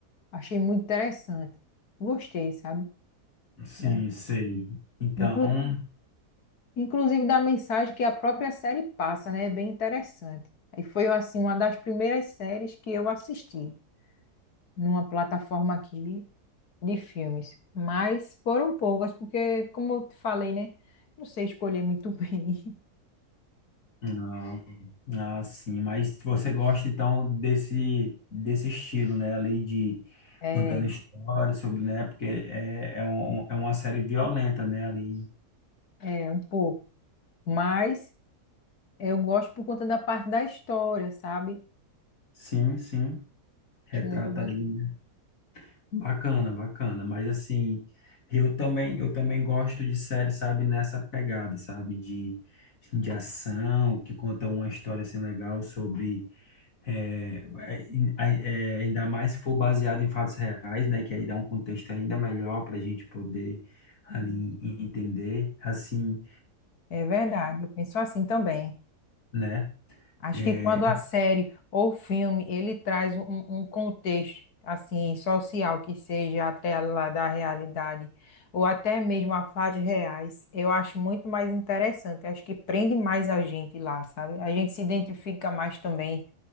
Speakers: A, on the left; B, on the left.
A: Achei muito interessante. Gostei, sabe?
B: Sim,
A: É.
B: sei. Então,
A: Inclu- inclusive da mensagem que a própria série passa, né? É bem interessante. E foi, assim, uma das primeiras séries que eu assisti numa plataforma aqui. de filmes, mas foram poucas, porque, como eu te falei, né? Não sei escolher muito <laughs> bem.
B: ah, ah, sim, mas você gosta então desse desse estilo, né, ali de
A: É,
B: contando histórias sobre, né, porque é, é, um, um, é uma série violenta, né, ali.
A: é um pouco. Mas eu gosto por conta da parte da história, sabe?
B: Sim, sim, retrata
A: Acho muito bacana.
B: ali, né? Bacana, bacana, mas assim, eu também eu também gosto de série, sabe, nessa pegada, sabe, de de ação, que conta uma história assim legal sobre É, é, é, ainda mais se for baseado em fatos reais, né? Que aí dá um contexto ainda melhor para a gente poder ali entender, assim,
A: É verdade, eu penso assim também.
B: né?
A: Acho
B: É,
A: que quando a série ou filme ele traz um, um um contexto assim social que seja atrelado à realidade ou até mesmo a fatos reais, eu acho muito mais interessante. Acho que prende mais a gente lá, sabe? A gente se identifica mais também